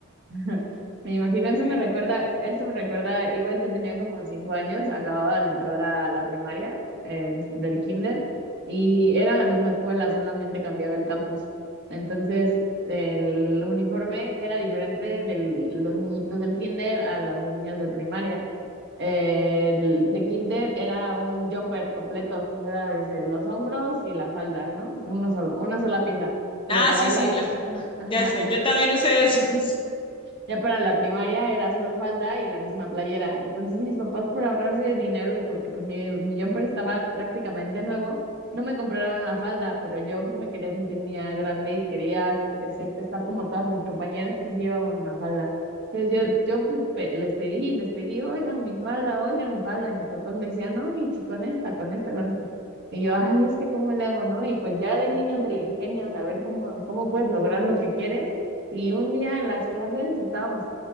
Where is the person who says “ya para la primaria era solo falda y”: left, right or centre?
Right